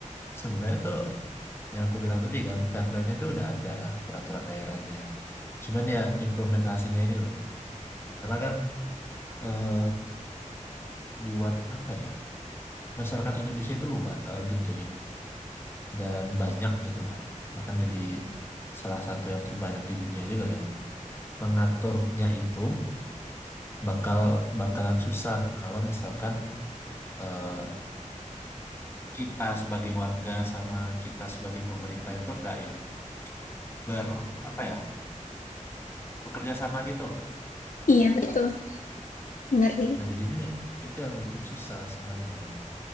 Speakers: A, on the left; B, on the left.
A: sebenarnya tuh yang aku bilang tadi kan, perdanya itu udah ada peraturan daerahnya. Cuman ya implementasinya ini loh, karena kan eh, buat apa ya masyarakat Indonesia itu luas, eh, gede dan banyak gitu lah. Bahkan jadi salah satu yang terbanyak di dunia juga kan. Mengaturnya itu bakal bakalan susah kalau misalkan eh, kita sebagai warga sama kita sebagai pemerintah itu nggak yang ber apa ya bekerja sama gitu loh.
B: iya betul bener sih
A: Nah jadinya itu yang bikin susah sebenarnya.